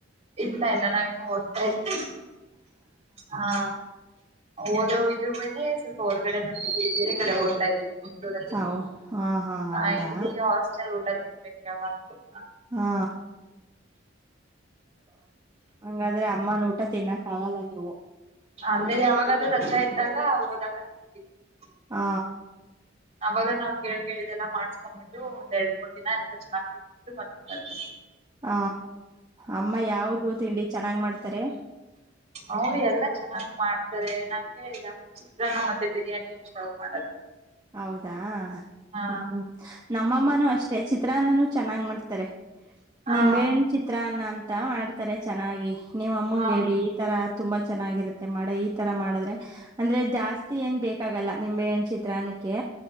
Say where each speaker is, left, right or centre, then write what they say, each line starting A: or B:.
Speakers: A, on the right (about 35°); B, on the right (about 20°).
A: ಇಲ್ಲ ಇಲ್ಲ ನಾವಿನ್ನು ಓದ್ತಾ ಇದ್ವಿ ಹಾ. ಓದೋವಿದು ಮೇಲೆ ಸ್ವಲ್ಪ ಹೊರ್ಗಡೆ ಬಂದಿದೀವಿ ಬೇರೆ ಕಡೆ ಓದ್ತಾ ಇದ್ದೀವಿ. ಮಂಗಳೂರಲ್ಲಿ
B: ಹೌ ಹಾ ಹೌದಾ
A: ಹಾ ಇಲ್ಲಿ ಹಾಸ್ಟೆಲ್ ಊಟ ತಿನ್ಬೇಕ ಯಾವಾಗ್ಲೂ ಹಾ.
B: ಹಾ ಹಂಗಾದ್ರೆ ಅಮ್ಮನ ಊಟ ತಿನ್ನಕ್ ಆಗಲ್ಲ ನೀವು.
A: ಅಲ್ಲೇ ಯಾವಾಗಾದ್ರೂ ರಜಾ ಇದ್ದಾಗ ಓದಾಗ. <unintelligible>
B: ಹಾ
A: ಅವಾಗ ನಾವ್ ಕೇಳ್ ಕೇಳಿದೆಲ್ಲ ಮಾಡ್ಸ್ಕೊಂಡ್ಬಿಟ್ಟು ಒಂದ್ ಎರಡ್ ಮೂರ್ ದಿನ ಎಂಗ ಚೆನ್ನಾಗ್ ತಿನ್ಬಿಟ್ಟು ಬಂದ್ಬಿಡದು.
B: ಹ ಅಮ್ಮ ಯಾವದು ತಿಂಡಿ ಚೆನ್ನಾಗ್ ಮಾಡ್ತಾರೆ.
A: ಅವ್ರು ಎಲ್ಲಾ ಚೆನ್ನಾಗ್ ಮಾಡ್ತಾರೆ ನಂಗ ಹಂಗೇನಿಲ್ಲಾ ಚಿತ್ರನ ಮತ್ತೆ ಬಿರಿಯಾನಿ ಇಷ್ಟ್ ಅವ್ರ್ ಮಾಡೋದು.
B: ಹೌದಾ
A: ಹಾ
B: ಹ್ಮ್ ನಮ್ಮಮ್ಮನೂ ಅಷ್ಟೆ ಚಿತ್ರಾನ್ನನುೂ ಚೆನ್ನಾಗ್ ಮಾಡ್ತಾರೆ.
A: ಹಾ
B: ನಿಂಬೆಯನ್ ಚಿತ್ರಾನ್ನ ಅಂತ ಮಾಡ್ತಾರೆ ಚೆನ್ನಾಗಿ ನಿಮ್ಮಮ್ಮಂಗೆ
A: ಹಾ
B: ಹೇಳಿ ಈ ತರ ತುಂಬಾ ಚೆನ್ನಾಗಿರುತ್ತೆ ಮಾಡು ಈ ತರ ಮಾಡಿದ್ರೆ ಅಂದ್ರೆ ಜಾಸ್ತಿ ಏನ್ ಬೇಕಾಗಲ್ಲ ನಿಂಬೆಯಣ್ ಚಿತ್ರ ನಕ್ಕೆ